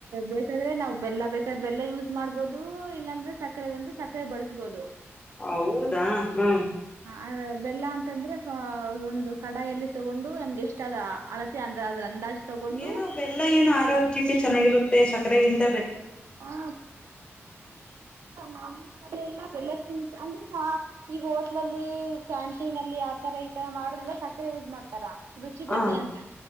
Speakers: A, on the right; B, on the left.
A: ಬೇಕಾದ್ರೆ ನಾವ್ ಬೆಲ್ಲ ಬೇಕಾದ್ರೆ ಬೆಲ್ಲ ಯೂಸ್ ಮಾಡ್ಬೋದು ಇಲ್ಲಾಂದ್ರೆ ಸಕ್ಕರೆ ಬಂದ್ರೆ ಸಕ್ಕರೆ ಬಳಸ್ಬೋದು
B: ಹೌದಾ ಹ್ಮ್
A: ಅದ ಬೆಲ್ಲ ಅಂತಂದ್ರೆ ಒಂದು ಕಡಾಯಲ್ಲಿ ತಗೊಂಡು ನಮ್ಗೆ ಎಷ್ಟಾದ ಅಳತಿ ಅಂದ್ರ ಅದ್ರ ಅಂದಾಜು ತಗೊಂಡು
B: ಏನೋ ಬೆಲ್ಲ ಏನುೋ ಆರೋಗ್ಯಕ್ಕೆ ಚೆನ್ನಾಗಿರುತ್ತೆ ಸ ಇಂತ
A: ಹಾ ನಮ್ಮ್ ಕಡೆಲ್ಲ ಎಲ್ಲಕ್ಕಿಂತ ಅಂದ್ರೆ ಈ ಹೋಟ್ಲಲ್ಲಿ ಕ್ಯಾಂಟೀನ್ ಅಲ್ಲಿ ಆತರ ಈತರ ಮಾಡ್ರಲ್ಲ ಸಕ್ಕರೆ ಯೂಸ್ ಮಾಡ್ತಾರ ರುಚಿ
B: ಹ
A: ಬರ್ಲಿ ಅಂತ